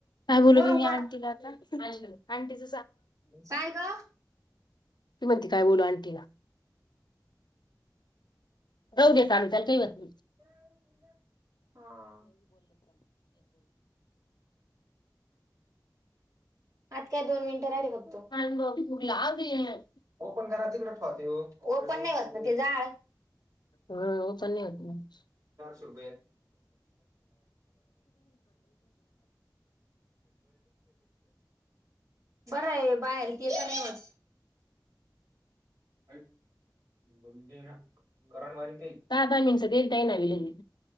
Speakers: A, on the left (about 75°); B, on the right (about 50°).
A: काय बोलूी
B: वरून
A: मी आंटीला आता अँटीच
B: साय ग.
A: ती म्हणती काय बोलू अंटी ला? जाऊ दे काल <unintelligible>
B: रिकामा ऑडिओ हां. आज काय दोन मिनिटं राहिली बघ.
A: <unintelligible>
B: ओपन करा तिकडे ठवते ओपन नाही होत ना ते जाड
A: हा ओपन नाय होत.
B: <inaudible> <unintelligible> बरं आहे बाहेर गेले नाही वाट्त. <unintelligible>
A: ता का मणस ते तयई नावलेली